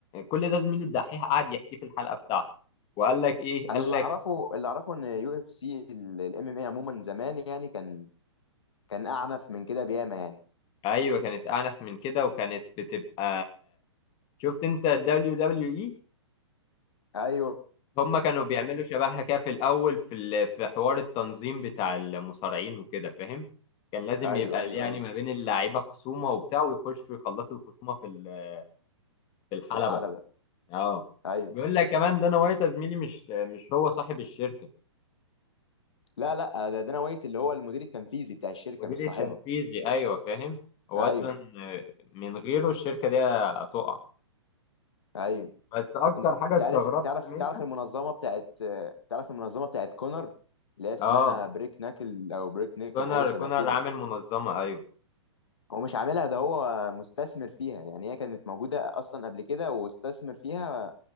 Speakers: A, on the left (about 30°); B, on the left (about 70°).
A: كل ده زميل الدحيح قعد يحكيه في الحلقه بتاعته وقال لك ايه قال
B: انا اللي
A: لك
B: اعرفه اللي اعرفه ان يو اف سي الام ام اي عموما زمان يعني كان كان اعنف من كده بياما يعني
A: ايوه كانت اعنف من كده وكانت بتبقى شفت انت الدبليو دبليو اي
B: ايوه
A: هم كانوا بيعملوا شبهها كده في الاول في ال- في حوار التنظيم بتاع المصارعين وكده فاهم كان لازم
B: ايوه
A: يبقى
B: ايوه
A: يعني
B: ايوه
A: ما بين اللعيبه خصومه وبتاع ويخشوا يخلصوا الخصومه في ال- في الحلبه
B: في الحلبة
A: اه
B: ايوه
A: بيقول لك كمان دانا وايت يا زميلي مش مش هو صاحب الشركه
B: لا لا ده دانا وايت اللي هو المدير التنفيذي بتاع الشركة
A: المدير
B: مش صاحبها
A: التنفيذي ايوه فاهم هو
B: ايوه
A: اصلا آه، من غيره الشركه دي هتقع
B: ايوه
A: بس اكتر
B: انت
A: حاجه استغربت
B: عارف تعرف
A: منها
B: تعرف المنظمة بتاعت تعرف المنظمة بتاعت كونر اللي هي اسمها
A: اه
B: بريك ناكل او بريك نيكل
A: كونر
B: حاجة شبه
A: كونر
B: كده
A: عامل منظمه ايوه
B: هو مش عاملها ده هو مستثمر فيها يعني هي كانت موجودة أصلا قبل كده واستثمر فيها